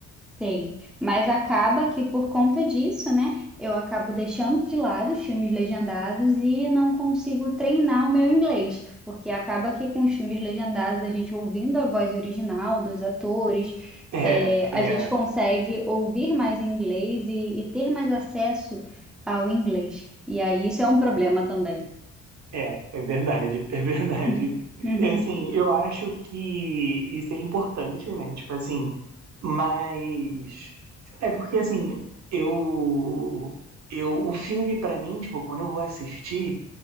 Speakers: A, in the centre; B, on the right.
A: Sei, mas acaba que por conta disso, né, eu acabo deixando de lado os filmes legendados e não consigo treinar o meu inglês, porque acaba que com os filmes legendados, a gente ouvindo a voz original dos atores,
B: É,
A: é,
B: é,
A: a gente consegue ouvir mais inglês e, e ter mais acesso ao inglês. E aí isso é um problema também.
B: é, é verdade, <laughs> é verdade.
A: <laughs> Hum. Uhum,
B: É, assim, eu acho que isso é importante, né? Tipo assim, mas é porque assim, eu eu o filme pra mim, tipo, quando eu vou assistir,